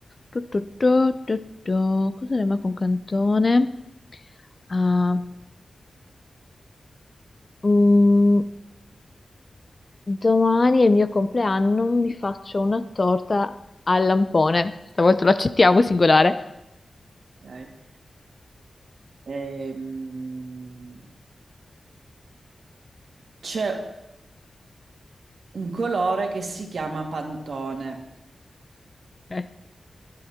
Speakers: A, on the left; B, on the right.
A: Tu, tu, tu, tu, tu. Cosa rima con cantone? Ah, Mm, domani è il mio compleanno, mi faccio una torta al lampone. Stavolta lo accettiamo, singolare.
B: Ok. Ehm, c'è un colore che si chiama Pantone.
A: Eh,